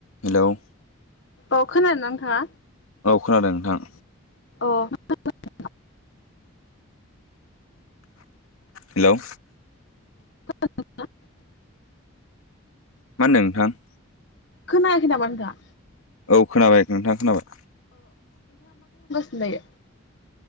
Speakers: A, on the left; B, on the left.
A: हेल'
B: औ खोनादों नोंथांङा
A: औ खोनादों नोंथां।
B: <unintelligible>
A: हेलोव
B: <unintelligible>
A: मा होन्दों नोंथां?
B: खोनायाखै नामा नोंथां?
A: औ खोनाबाय नोंथांङा खोनाबाय।
B: जायो।